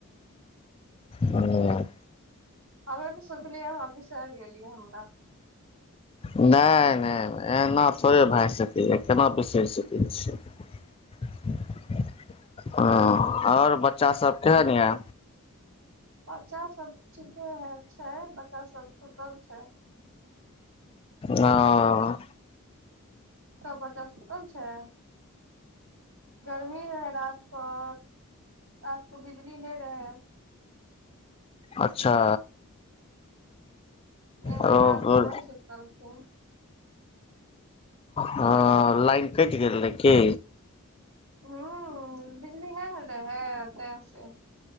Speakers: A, on the left (about 25°); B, on the right (about 75°).
A: हूँ
B: हमे तऽ सोचलियै अहाँ बिसैर गेलियै हमरा
A: नहि नहि नहि एना थोड़े भए सकैए केना बिसरि सकै छी <inaudible> हँ और बच्चा सभ केहन यए
B: बच्चा सब ठीके है छै बच्चा सब सुतल छै
A: हँ
B: सब बच्चा सुतल छै गर्मी रहै रात कऽ आज तो बिजली नहि रहै
A: अच्छा
B: अहिसे
A: ओ
B: रातमे नहि सुतलखिन
A: हँ लाइन कटि गेल रहै की
B: ह बिजली नहि ने रहे तै से